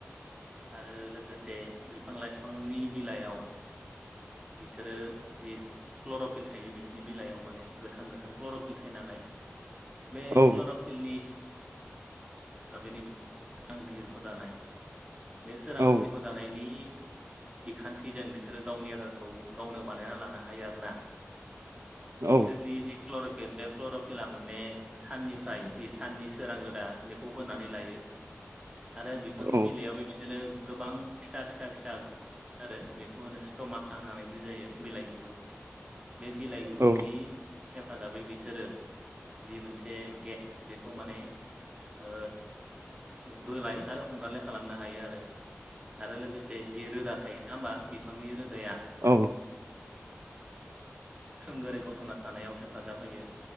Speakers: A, on the right; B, on the right.
A: आरो लोगोसे बिफां लाइफांनि बिलाइयाव बिसोरो जिस क्लरफिल थायो बिसोरनि बिलाइयाव माने गोथां गोथां क्लरफिल थायो नालाय बे
B: औ
A: क्लरफिल फिलनि हेफाजाबैनो आं बिजिरखौ दानाय बे सोरां
B: औ
A: बिजिरख दानायनि बिखान्थिजों बिसोरो खौ गावनो बानायना लानो हायो आरोना बिसोनि
B: औ
A: जि क्लफिल बे क्लर'फिला माने साननिफ्राय जि साननि सोरां रोदा बेखौ बोननानै लायो। आरो बिफांनि
B: औ
A: बिलाइयाबो बिदिनो गोबां फिसा फिसा फिसा आरो बेखौ होनो टमा होननानै बुंनाय जायो बिलाइ गुदुं बे बिलाइ गुदुंनि
B: औ
A: हेफाजाबै बिसोरो जि मोनसे गेस बेखौ माने ओ बोलाय आरो हंगारलाय खालामनो हायो आरो। आरो लोगोसे जि रोदा थायो नङा होमबा बिफांनि रोदाया
B: औ
A: थोंगोरै गसंना थानायाव हेफाजाब होयो